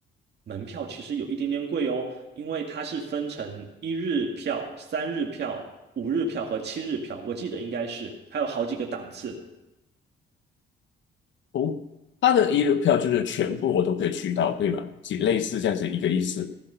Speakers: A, on the right; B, on the left.
A: 门票其实有一点点贵哦，因为它是分成一日票、三日票、五日票和七日票，我记得应该是，还有好几个档次。
B: 哦，他的一日票就是全部我都可以去到，对吧？几类似这样子一个意思。